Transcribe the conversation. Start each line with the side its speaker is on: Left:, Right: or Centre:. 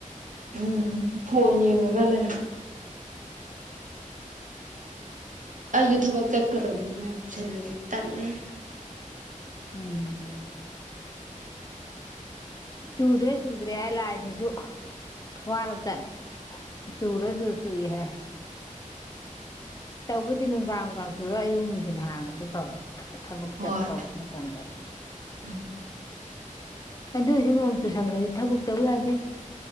Right: ꯎꯝ ꯐꯣꯟ ꯌꯦꯡꯉꯒ ꯂꯩ꯫ ꯑꯩꯖꯤ ꯊꯕꯛ ꯆꯠꯀꯗꯧꯃꯤ ꯅꯣꯡ ꯆꯨꯁꯟꯕꯁꯤ ꯇꯜꯂꯦꯍꯦ꯫
Left: ꯎꯝ꯫ ꯆꯨꯗ꯭ꯔꯦ ꯆꯨꯗ꯭ꯔꯦ ꯍꯥꯏ ꯂꯥꯢꯖꯤꯁꯨ ꯋꯥꯔꯕ ꯖꯥꯠꯅꯤ ꯆꯨꯔ ꯆꯨ ꯆꯨꯏ ꯍꯥꯏ꯫ ꯇꯧꯕꯗꯤ ꯅꯨꯡꯗꯥꯡ ꯅꯨꯡꯗꯥꯡ ꯆꯨꯔꯒ ꯑꯌꯨꯛ ꯅꯨꯡꯊꯤꯟ ꯍꯥꯡꯉꯗꯤ ꯐꯕ ꯊꯕꯛ
Right: ꯍꯣꯏ
Left: ꯆꯠ ꯇꯧꯕ ꯃꯇꯝꯗ꯫
Right: ꯎꯝ꯫
Left: ꯑꯗꯨ ꯑꯣꯏꯁꯨ ꯅꯣꯡ ꯆꯨꯁꯟꯈ꯭ꯔꯗꯤ ꯊꯕꯛ ꯇꯧ ꯌꯥꯗꯦ꯫